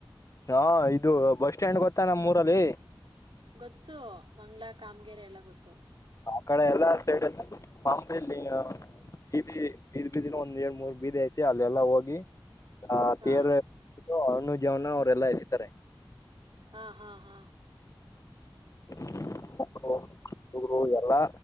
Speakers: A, on the left; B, on the right.
A: ಹಾ ಇದು ಬಸ್ ಸ್ಟ್ಯಾಂಡ್ ಗೊತ್ತಾ ನಮ್ಮ್ ಊರಲ್ಲಿ
B: ಗೊತ್ತು ಮಂಗ್ಗಳ ಕಾಮಗೆರೆ ಎಲ್ಲ ಗೊತ್ತು
A: ಕಣ ಎಲ್ಲಾ ಸೈಡ್ ಬೀದಿ ಬೀದ್ ಬೀದಿನ ಒಂದ್ ಎರಡ್ ಮೂರ್ ಬೀದಿ ಐತಿ ಅಲ್ಲ ಎಲ್ಲಾ ಹೋಗಿ ಹತ್ತರ
B: ಹಾ
A: ಹಣ್ಣು ಜವನ ಅವರೆಲ್ಲ ಎಸತಾರೆ
B: ಹಾ ಹಾ ಹಾ
A: <inaudible> ಒಬ್ರು ಎಲ್ಲಾ